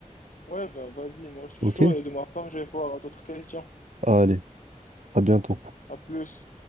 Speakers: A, on the left; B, on the right.
A: ouais, ben, vas-y, moi, je suis
B: Ok?
A: chaud et de ma part, je vais voir d'autres questions.
B: Allez, à bientôt.
A: À plus.